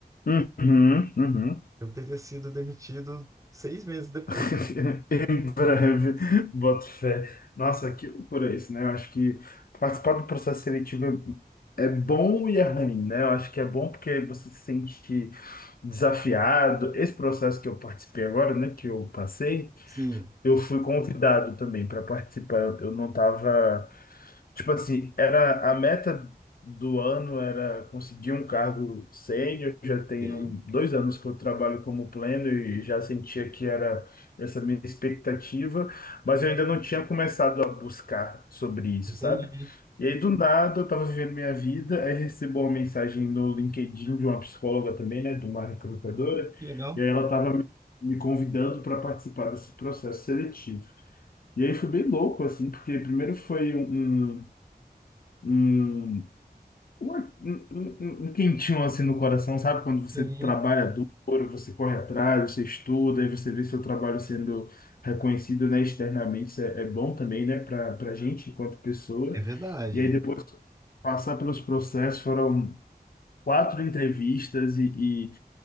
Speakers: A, on the left; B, on the right.
A: Uhum, uhum.
B: Eu teria sido demitido seis meses depois.
A: <laughs>
B: <laughs>
A: Em Breve, boto fé. Nossa, que loucura isso, né? Eu acho que participar do processo seletivo é é bom e é ruim, né? Eu acho que é bom porque você se sente desafiado. Esse processo que eu participei agora, né, que eu passei,
B: Sim,
A: eu fui convidado também para participar. Eu não estava. Tipo assim, era a meta do ano era conseguir um cargo sênior. Já tenho
B: ok.
A: dois anos que eu trabalho como pleno e já sentia que era essa minha expectativa, mas eu ainda não tinha começado a buscar sobre isso,
B: entendi.
A: sabe? E aí, do nada, eu estava vivendo minha vida, aí recebo uma mensagem no LinkedIn de uma psicóloga também, né, de uma recrutadora,
B: Que legal.
A: e aí ela estava me me convidando para participar desse processo seletivo. E aí foi bem louco, assim, porque primeiro foi um, um um, uma- um, um- um quentinho assim no coração, sabe? Quando você
B: Sim,
A: trabalha duro, você corre atrás, você estuda, aí você vê seu trabalho sendo reconhecido, né, externamente, isso é, é bom também, né, para para gente enquanto pessoa.
B: é verdade.
A: E aí depois passar pelos processos, foram quatro entrevistas e,